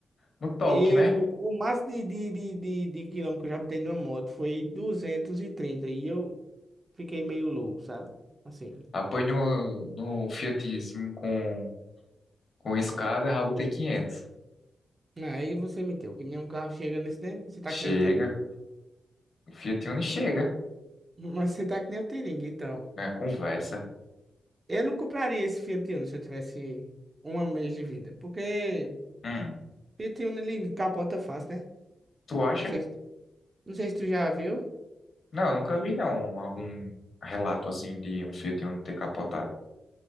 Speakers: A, on the left; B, on the right.
A: no toque,
B: Eu,
A: né?
B: o máximo de, de, de, de, de quilômetro que eu já botei numa moto foi 230 e eu fiquei meio louco, sabe? Assim.
A: Apoio no, no Fiatzinho com, com escada, rabotei 500.
B: Aí você me deu que nenhum carro chega nesse dentro. Você tá
A: Chega,
B: que nem o Tiringue?
A: o Fiat Uno chega,
B: Mas você tá que nem o Tiringue, então.
A: né? Conversa.
B: Eu não compraria esse Fiat Uno se eu tivesse um mês de vida. Porque
A: Hum,
B: Fiat Uno, ele capota fácil, né?
A: tu acha?
B: Não sei, se- não sei se tu já viu.
A: Não, nunca vi não algum relato assim de um Fiat Uno ter capotado.